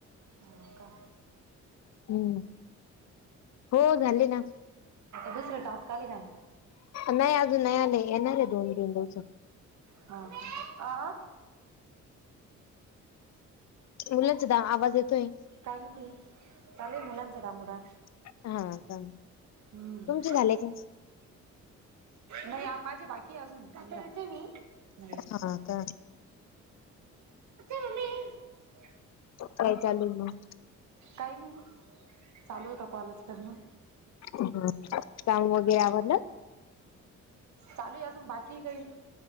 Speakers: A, on the right (about 65°); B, on the left (about 60°).
A: हा-का
B: हम्म,, हो झाले ना
A: दुसरं टास्क आले काय?
B: नाही अजून नाही आलेय, येणार आहे दोन तीन दिवसात
A: ह मम्मे‌‍‍‌ आ
B: मुलांचाच आवाज येतोय.
A: काय म्हणती,, चालूय मुलांचा दांगोडा.
B: हा का.
A: हम्म,
B: तुमचे झाले का?
A: नाही, आ माझे बाकी अजून, पंधरा. हे झालत ब
B: हा का.
A: म्हली. <unintelligible>
B: काय चालूय मग.?
A: काही नाही, चालू होता कॉलच करणं.
B: बर,,, काम वगैरे आवरलं.?
A: चालूय अजून बाकीय काही.